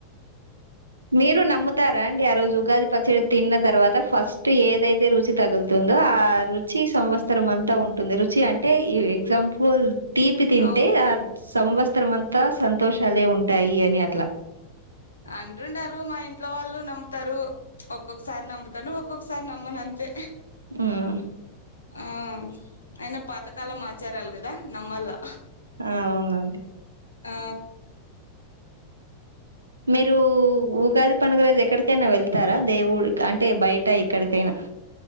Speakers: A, on the right; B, on the left.
A: మీరు నమ్ముతారా అండి ఆ రోజు ఉగాది పచ్చడి తిన్న తర్వాత ఫస్ట్ ఏదైతే రుచి తగులుతుందో ఆ రుచి సంవత్సరం అంతా ఉంటుంది రుచి అంటే ఈ ఎగ్జాంపుల్ తీపి తింటే
B: అవు
A: ఆ సంవత్సరమ్ అంత సంతోషాలే ఉంటాయి అని అట్లా
B: అంటుంటారు మా ఇంట్లో వాళ్ళు నమ్ముతారు ఒక్కొక్కసారి నమ్ముతాను ఒక్కొక్కసారి నమ్మను అంతే
A: హ్మ్మ్
B: ఆ అయిన పాతకాలం ఆచారాలు కదా కదా నమల్లా
A: అవునా
B: ఆ
A: మీరు ఉగాది పండుగ రోజు ఎక్కడికైనా వెళ్తారా దేవుడి అంటే బయట ఎక్కడికైనా స్